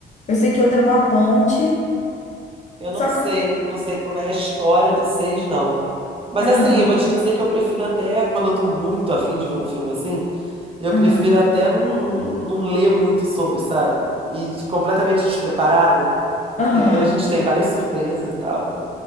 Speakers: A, on the left; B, on the right.
A: Eu sei que outro é numa ponte.
B: eu não
A: Só
B: sei,
A: que.
B: não sei como é a história do seis, não. Mas
A: Aham,
B: assim, eu vou te dizer que eu prefiro até, quando eu tô muito afim de ver um filme assim, eu
A: aham,
B: prefiro até não, não ler muito sobre, sabe? E de- completamente despreparada, porque
A: aham.
B: a gente tem várias surpresas e tal.